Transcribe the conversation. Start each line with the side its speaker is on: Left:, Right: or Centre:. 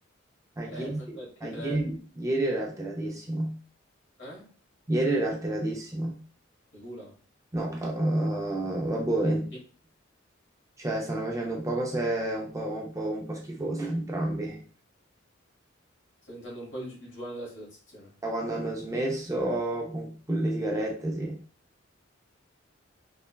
Right: Ah,
Left: eh,
Right: ieri,
Left: facendo le 3v3,
Right: ah, ieri ieri era alteratissimo.
Left: eh?
Right: Ieri era alteratissimo.
Left: Di culo.
Right: No, eh, eh, vabbè, en-
Left: Sì.
Right: cioè stanno facendo un po' cose un po', un po', un po' schifose entrambi.
Left: Sto diventando un po' il, gi- il Giovanni della situazione.
Right: Da quando hanno smesso con le sigarette, sì.